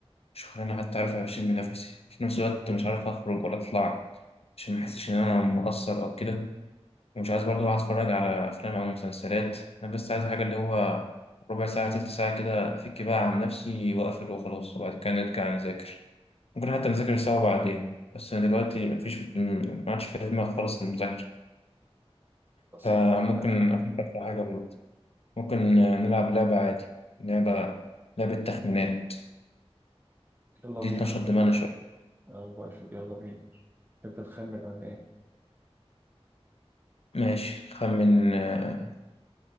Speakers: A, on the left; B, on the right.
A: مش انا حتى عارف اشم نفسي في نفس الوقت مش عارف اخرج ولا اطلع عشان ما احسش ان انا مقصر او كده ومش عايز برضو اقعد اتفرج على افلام او مسلسلات انا بس عايز حاجة اللي هو ربع ساعة تلت ساعة كده افك بقى عن نفسي واقفل وخلاص وبعد كده نرجع نذاكر ممكن حتى نذاكر سوا بعدين بس انا دلوقتي مفيش ما عادش في دماغي خالص المذاكرة
B: صح
A: فممكن
B: عندك حق
A: افكر في حاجة ممكن نلعب لعبة عادي لعبة لعبة تخمينات
B: يلا
A: دي
B: بينا
A: تنشط
B: أنا موافق
A: دماغنا شوية
B: أنا موافق يلا بينا تحب نخمن عن إيه؟
A: ماشي خمن آه،